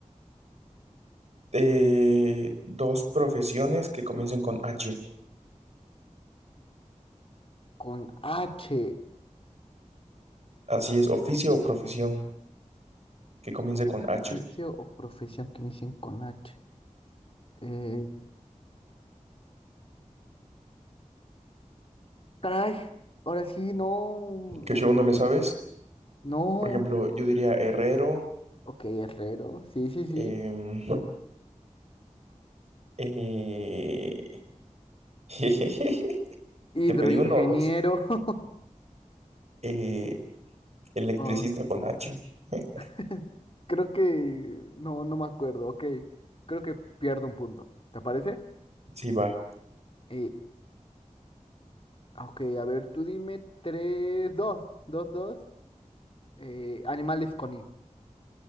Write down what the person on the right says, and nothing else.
eh, dos profesiones que comiencen con H.
Así es, oficio o profesión que comience con H.
Que
yo no le
sabes.
Por ejemplo, yo diría herrero
Em, eh, <laughs>
te pedí uno o dos.
Eh, electricista
con H. <laughs>
Sí, va.